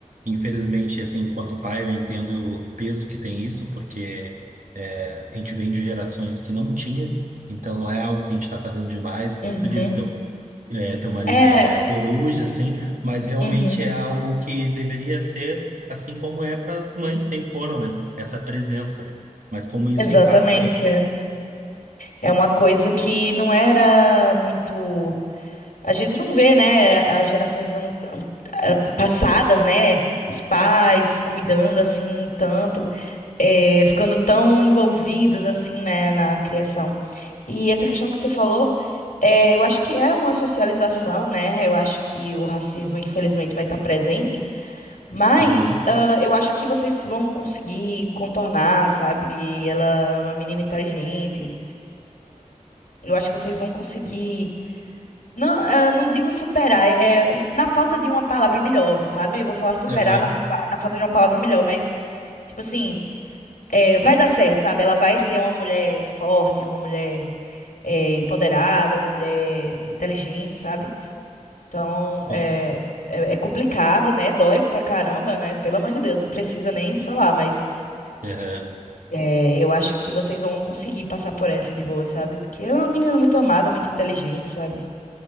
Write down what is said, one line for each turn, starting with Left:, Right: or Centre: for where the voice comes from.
Right: Infelizmente, assim, enquanto pai, eu entendo o peso que tem isso, porque é, a gente vem de gerações que não tinha, então não é algo que a gente está fazendo demais, como
Left: Uhum,
Right: tu disse, teu, é, teu marido
Left: é,
Right: é coruja, assim, mas realmente
Left: uhum,
Right: é algo que deveria ser, assim como é para as mães, sempre foram, né? Essa presença, né? Mas como isso
Left: exatamente.
Right: impacta.
Left: É É uma coisa que não era muito. A gente não vê, né, as gerações an- an- a- passadas, né, os pais cuidando assim tanto, eh, ficando tão envolvidos assim, né, na criação. E essa questão que você falou, eh, eu acho que é uma socialização, né? Eu acho que o racismo, infelizmente, vai estar presente, mas
Right: Uhum.
Left: ah, eu acho que vocês vão conseguir contornar, sabe? Ela é uma menina inteligente. Eu acho que vocês vão conseguir. Não, ah, não digo superar, é, é na falta de uma palavra melhor, sabe? Eu vou falar superar
Right: Aham.
Left: na, fa- na falta de uma palavra melhor, mas, tipo assim, é, vai dar certo, sabe? Ela vai ser uma mulher forte, uma mulher é, empoderada, uma mulher inteligente, sabe? Então,
Right: Cons-
Left: é, é, é complicado, né? Dói pra caramba, né? Pelo amor de Deus, não precisa nem falar, mas
Right: Aham.
Left: é, eu acho que vocês vão conseguir passar por essa de boa, sabe? Porque ela é uma menina muito amada, muito inteligente, sabe?